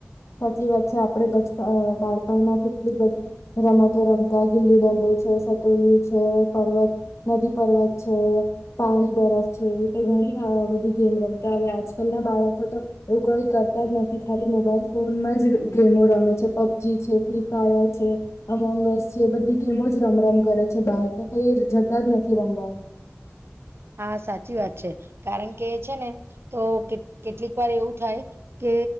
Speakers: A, on the left (about 80°); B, on the right (about 60°).
A: સાચી વાત છે આપણે બચ અહ બાળપણમાં કેટલી બધી રમતો રમતા ગીલી ડંડો છે, સતોલિયું છે, પર્વત નદી પર્વત છે, પાણી બરફ છે, એવી તો ઘણી બધી ગેમ રમતા હવે આજકાલ ના બાળકો તો એવું કઈ કરતા જ નથી, ખાલી મોબાઈલ ફોનમાં જ ગેમો રમે છે. પબજી છે, ફ્રી ફાયર છે, અમંગસ છે, બધી ગેમો જ રમ-રમ કરે છે બહાર તો કંઈ જતા જ નથી રમવા.
B: હા સાચી વાત છે કારણ કે છે ને તો કેક કેટલીક વાર એવું થાય કે